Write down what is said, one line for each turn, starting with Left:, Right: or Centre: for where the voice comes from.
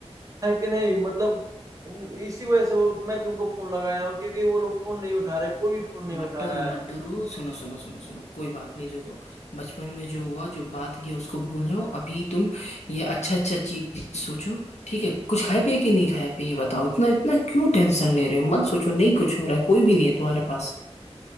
Right: है कि नहीं मतलब उम, इसी वजह से वो मैं तुमको फोन लगाया हूँ क्योंकि वो लोग फोन नहीं उठा रहे कोई भी फोन नहीं
Left: मत
Right: उठा
Left: डरो
Right: रहा है
Left: मत डरो सुनो सुनो सुनो सुनो कोई बात नहीं जो बचपन में जो हुआ जो बात गया उसको भूल जाओ अभी तुम ये अच्छा अच्छा चीज सोचो ठीक है कुछ खाए पिए कि नहीं खाए पिए ये बताओ इतना इतना क्यों टेंशन ले रहे हो मत सोचो नहीं कुछ हो रहा है कोई भी नहीं है तुम्हारे पास